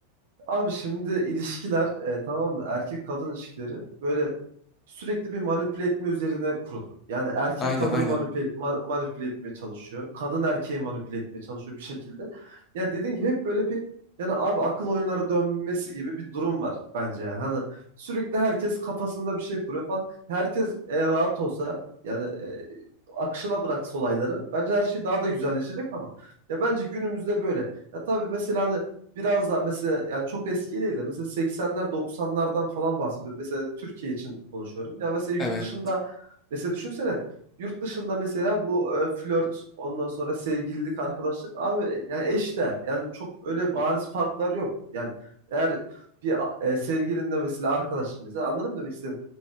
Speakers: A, on the right (about 55°); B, on the left (about 25°).
A: Abi şimdi ilişkiler e, tamam mı? Erkek kadın ilişkileri böyle sürekli bir manipüle etme üzerine kurulu. Yani erkek
B: Aynen
A: kadını
B: aynen.
A: manipüle, ma- manipüle etmeye çalışıyor. Kadın erkeği manipüle etmeye çalışıyor bir şekilde. Ya dediğin gibi hep böyle bir yani abi akıl oyunları dönmesi gibi bir durum var bence yani. Hani sürekli herkes kafasında bir şey kuruyor falan. Herkes e, rahat olsa yani e, akışına bıraksa olayları bence her şey daha da güzelleşecek ama ya bence günümüzde böyle. Ya tabii mesela hani biraz daha mesela yani çok eski değil de mesela 80'ler 90'lardan falan bahsediyorum. Mesela Türkiye için konuşuyorum. Ya mesela yurt
B: Evet.
A: dışında mesela düşünsene yurt dışında mesela bu e, flört ondan sonra sevgililik arkadaşlık abi yani eşdeğer. Yani çok öyle bariz farklar yok. Yani eğer bir e, sevgilinle mesela arkadaşın mesela anladın mı demek istedim